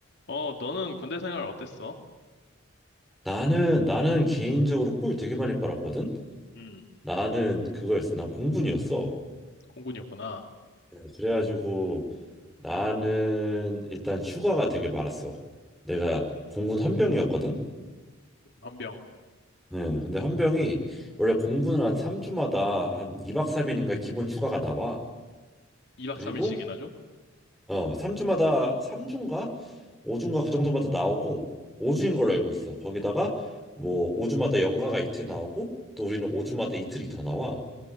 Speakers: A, on the left; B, in the centre.
A: 어, 너는 군대 생활 어땠어?
B: 나는 나는 개인적으로 꿀 되게 많이 빨았거든.
A: 음,
B: 나는 그거였어. 난 공군이었어.
A: 공군이었구나.
B: 네, 그래가지고 나는 일단 휴가가 되게 많았어. 내가 공군 헌병이었거든.
A: 헌병.
B: 네, 근데 헌병이 원래 공군은 한 3주마다 한 2박 3일인가 기본 휴가가 나와.
A: 2박
B: 그리고
A: 3일씩이나 줘?
B: 어 3주마다 삼 주인가 5주인가 그 정도마다 나오고 5주인 걸로 알고 있어. 거기다가 뭐 5주마다 연가가 이틀 나오고 또 우리는 5주마다 이틀이 더 나와.